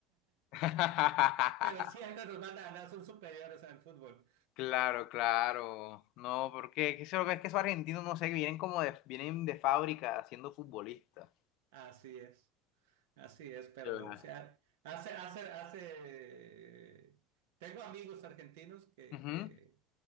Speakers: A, on the left; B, on the right.
A: <laughs>
B: pero siempre nos van a ganar, son superiores en el fútbol.
A: Claro, claro. No, porque es que eso- es que esos argentinos, no sé, vienen como de, vienen de fábrica siendo futbolistas.
B: Así es, así es, pero
A: Ya.
B: o sea, hace, hace, hace, tengo amigos argentinos que,
A: Ujú.
B: que,